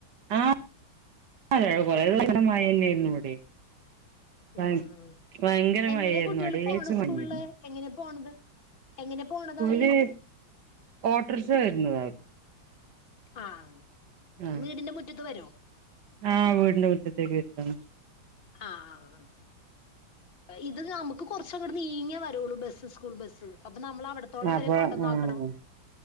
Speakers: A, on the right (about 65°); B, on the left (about 35°).
A: ആഹ് ആഹ് കൊറേ ദിവസായിട്ട് മഴ തന്നെയായിരുന്നു ഇവിടെ ഭ
B: ഉം
A: ഭയങ്കര
B: എങ്ങനെ
A: മഴയായിരുന്നു
B: കുട്ടികള്
A: എടേച്ച്
B: പോണ സ്കൂളില്?
A: മഞ്ഞായിരുന്നു
B: എങ്ങനെ പോണത് എങ്ങനെ പോണത്
A: ഓല്
B: അവര്?
A: ഓട്ടോറക്ഷ വരുന്നതാണ്
B: ആഹ്
A: ആഹ്
B: വീടിന്റെ മുറ്റത്ത് വരോ
A: ആഹ് വീടിന്റെ മുറ്റത്തേക്ക് വരുന്നതാണ്
B: ആഹ് ആഹ് ആഹ് ഇത് നമുക്ക് കുറച്ചങ്ങ് നീങ്ങേ വരുള്ളൂ ബസ്സ് സ്കൂൾ ബസ്സ് അപ്പൊ നമ്മൾ അവിടത്തോളം
A: അപ്പൊ
B: വരെകൊണ്ടുവന്നാക്കണം
A: ആഹ്